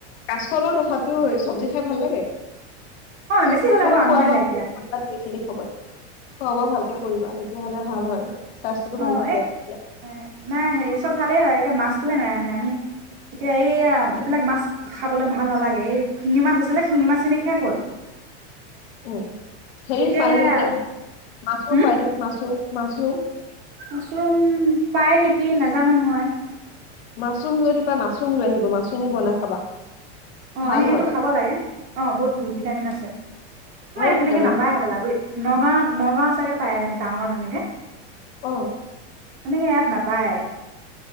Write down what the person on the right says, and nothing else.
অ বেছি হ'লে
আকৌ
আমুৱাই
যায় এতিয়া
অ
এ
এ নাই হেৰি চব ভালেই হয় এতিয়া মাছটোহে নাই মানে আমি এতিয়া এই এইবিলাক মাছ খাবলৈ ভাল নালাগে, এই শিঙি মাছ আছিলে শিঙি মাছ খিনি শেষ হ'ল।
এতিয়া
সেয়া
হম
মাছৰুম পায় নেকি নাজানো নহয়।
অ',
এই এইটো
খাব লাগে, অ' বহুত ভ ভিটামিন আছে আমাৰ
ইয়াত
তেনেকে নাপাই
হ'বলা নগাঁ নগাঁও চাগে পায় মানে টাউনত এনেকে।
এনেকে ইয়াত নাপায়।